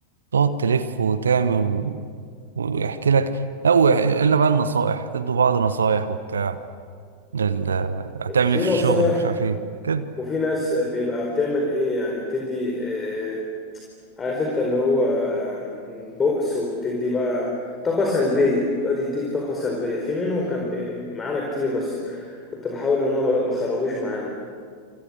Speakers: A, on the right; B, on the left.
A: تقعد تلف وتعمل و... ويحكي لك لا ويح- الا بقى النصائح تدوا بعض نصائح وبتاع ال... هتعمل
B: في
A: ايه في
B: نصايح
A: الشغل مش عارف ايه كده
B: وفي ناس بيبقى بتعمل ايه يعني بتدي آه، عارف انت اللي هو آه، بؤس وبتدي بقى طاقة سلبية بيقعد يديك طاقة سلبية في منهم كان بي- معانا كتير بس كنت بحاول ان انا ما ما اخرجوش معانا